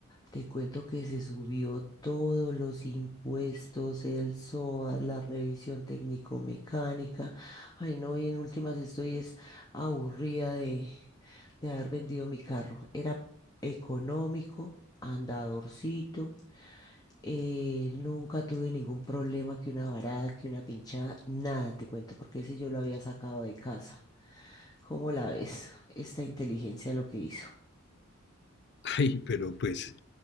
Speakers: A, on the left; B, on the left.
A: Te cuento que se subió todos los impuestos, el SOA, la revisión técnico-mecánica. Ay, no, y en últimas estoy es aburrida de, de haber vendido mi carro. Era económico, andadorcito, eh, nunca tuve ningún problema que una varada, que una pinchada, nada te cuento, porque ese yo lo había sacado de casa. ¿Cómo la ves? Esta inteligencia lo que hizo.
B: Ay, pero pues